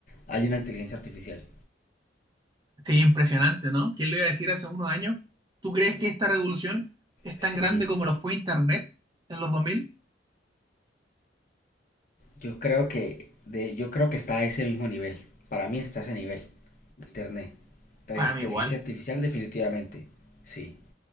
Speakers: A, on the left; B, on the right.
A: hay una inteligencia artificial.
B: sí impresionante, ¿no? ¿Quién le iba a decir hace unos años? ¿Tú crees que esta revolución es
A: Sí,
B: tan grande como lo fue Internet en los 2000?
A: yo creo que de, yo creo que está a ese mismo nivel. Para mí está a ese nivel de internet. La
B: Para
A: inteligencia
B: mí igual.
A: artificial definitivamente. Sí.